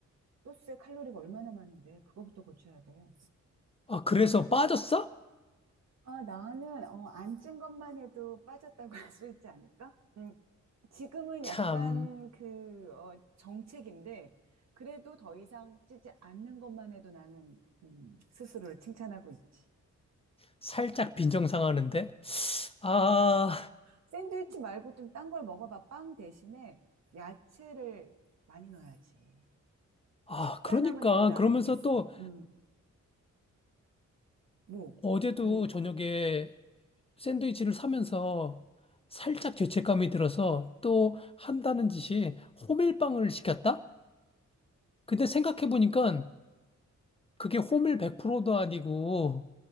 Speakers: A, on the right; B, on the left.
A: 소스에 칼로리가 얼마나 많은데 그거부터 고쳐야 돼.
B: 아, 그래서 빠졌어?
A: 아, 나는 어, 안 찐 것만 해도 빠졌다고 <laughs> 할 수 있지 않을까? 음, 지금은
B: 참,
A: 약간 그 어, 정책인데 그래도 더 이상 찌지 않는 것만 해도 나는 음, 스스로를 칭찬하고 있지.
B: 살짝 빈정상하는데? 아.
A: 샌드위치 말고 좀 딴 걸 먹어봐. 빵 대신에 야채를 많이 넣어야지.
B: 아,
A: 식단하면
B: 그러니까
A: 또 나
B: 그러면서
A: 아니겠어.
B: 또
A: 음, 뭐,
B: 어제도
A: 음.
B: 저녁에 샌드위치를 사면서 살짝 죄책감이 들어서 또 한다는 짓이 호밀빵을 시켰다? 근데 생각해보니까 그게 호밀 100%도 아니고